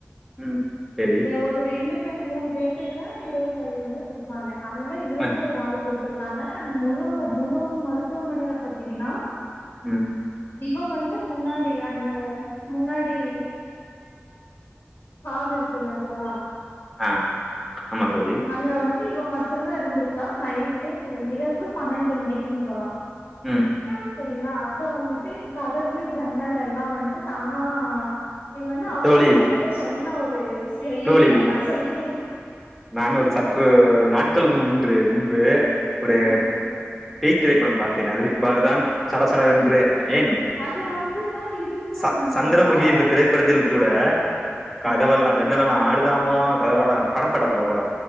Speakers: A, in the centre; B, on the left.
A: ம் சரி
B: ஒரு ரெண்டு மூணு பேத்துக்கு தா இரவு வேலை வந்து குடுப்பாங்க அதனால இவளுக்கும்
A: அ
B: ஒரு ஆளுக்கு த்திருக்காங்க அந் முழு
A: ம்
B: முழு மருத்துவமனைல பாத்தீங்கன்னா
A: ம்
B: இவ வந்துட்டு முன்னாடி அந்த முன்னாடி சார்ஜு இருக்குங்களா தோழா
A: ஆ ஆமா தோழி
B: அங்க வந்து இவ மட்டுதா இருந்திருக்கா நைட்டு அ இரவு பன்னெண்டு மணிக்கு தோழா
A: ம்
B: அ செரிங்களா அப்ப வந்துட்டு கதவு ஜன்னல் எல்லா வந்ட்டு தானா இது வந்து அவளே
A: தோழி
B: எங்கிட்ட சொன்ன ஒரு விஷயோ
A: தோழி
B: இருங்க நா சொல்லிக்கிறே
A: நான் ஒரு சற்று நாட்களுக்கு முன்று முன்பு ஒரு
B: அ
A: பேய் திரைப்படம் பார்த்தேன் அதில் இவ்வாறு தான் சடசட வென்று ஏன்
B: அது அப்படிதா இருந்துச்சாமாங்
A: ச சந்திரமுகி
B: தோழா
A: என்ற திரை படத்தில் கூட கதவெல்லா
B: ஆ
A: ஜன்னல் எல்லா ஆடுதாமோ கதவுளான பட படப்பட படபட